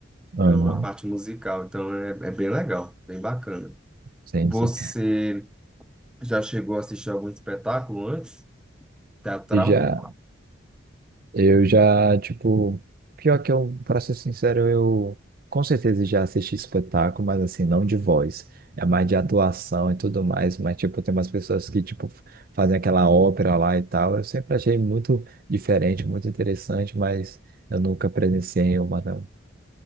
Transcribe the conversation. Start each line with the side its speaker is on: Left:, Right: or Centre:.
Right: Aham.
Centre: Então, a parte musical. Então, é, é bem legal, bem bacana.
Right: Sim,
Centre: Você
Right: sim.
Centre: já chegou a assistir algum espetáculo antes? Teatral?
Right: E já, eu já, tipo, pior que eu, pra ser sincero, eu com certeza já assisti espetáculo, mas assim, não de voz. É mais de atuação e tudo mais, mas tipo, tem umas pessoas que, tipo, fazem aquela ópera lá e tal. Eu sempre achei muito diferente, muito interessante, mas eu nunca presenciei uma, não.